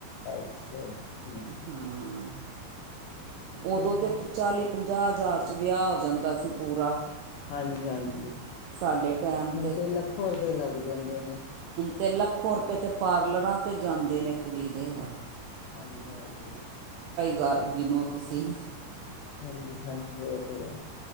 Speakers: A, on the left; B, on the right.
A: ਅੱਛਾ ਜੀ, ਹਮ
B: ਹਾਂ ਉਦੋਂ
A: ਚਲੋ
B: ਤੇ ਚਾਲੀ ਪੰਜਾਹ ਹਜ਼ਾਰ ਚ ਵਿਆਹ ਹੋ ਜਾਂਦਾ ਸੀ ਪੂਰਾ
A: ਹਾਂਜੀ-ਹਾਂਜੀ,
B: ਸਾਡੇ ਟਾਈਮ
A: ਹੁਣ ਤੇ ਲੱਖੋ ਰੁਪਏ ਲੱਗ ਜਾਂਦੇ ਨੇ
B: ਤੇ ਲੱਖੋ ਰੁਪਏ ਤੇ ਪਾਰਲਰਾਂ ਤੇ ਜਾਂਦੇ ਨੇ ਕੁੜੀ ਦੇ
A: ਹਾਂਜੀ-ਹਾਂਜੀ,
B: ਗ ਗਿਨੋ ਤੁਸੀਂ
A: ਹਾਂਜੀ-ਹਾਂਜੀ ਉਹ ਤੇ ਹੈ,